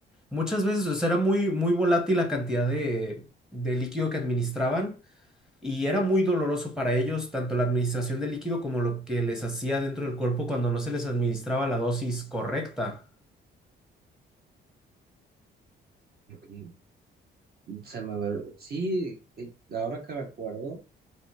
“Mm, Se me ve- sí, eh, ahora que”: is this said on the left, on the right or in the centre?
Right